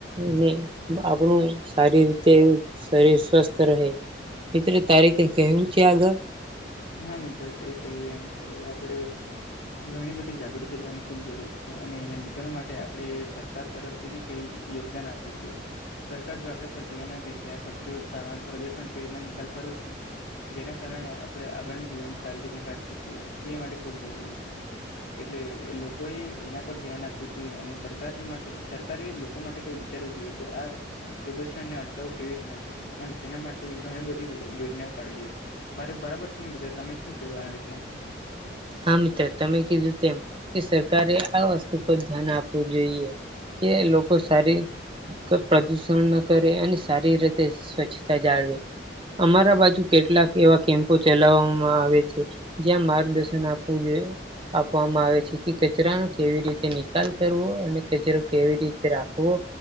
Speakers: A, on the right (about 25°); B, on the left (about 80°).
A: અને આપણું સારી રીતે એવું શરીર સ્વસ્થ. રહે મિત્ર તારે કઈ કેહવું છે આગળ.
B: હા મિત્ર તુએ કહ્યું એમ કે આપડે. ઘણી બધી જાગૃતિ લેવાની ખુબ જરૂર છે અને એના નિકાલ માટે આપડે સરકાર તરફ તે બી કઈ યોગદાન આપવું જોઈએ. સરકાર જો આપડા પર ધ્યાન આપે કે આ કચરો સામાન પ્રદુષણ કેવી રીતના નિકાલ કરવો છે. જેના કારણે આપડે આગળની જીવન સારી રીતના કાઢી શકીએ તે માટે ખુબ જરૂરી છે. એટલે એ લોકોએ એના પર ધ્યાન આપવું જોઈએ અને સરકાર માટે સરકારે લોકો માટે કોઈ વી જરૂરી છે. જોઈએ કે આ. પ્રદૂષણ ને અટકાવવું કેવી રીતના છે અને તેના માટે ઘણી બધી ઉ યોજનાઓ કાઢવી જોઈએ. મારે બરાબર છે ને મિત્ર તમે શું કેવું આના વિશે?
A: હા મિત્ર તમે કીધું તેમ કે સરકારે આ વસ્તુ પર ધ્યાન આપવું જોઈએ. કે લોકો સારી. ક પ્રદુષણ ન કરે અને સારી રીતે સ્વચ્છતા જાળવે. અમારા બાજુ કેટલાક એવા કેમ્પો ચલાવામાં આવે છે જ્યાં માર્ગદશ. ન આપવું જોયે આપવામાં આવે છે કે કચરાનો કેવી રીતે નિકાલ કરવો અને કચરો કેવી રીતે રાખવો.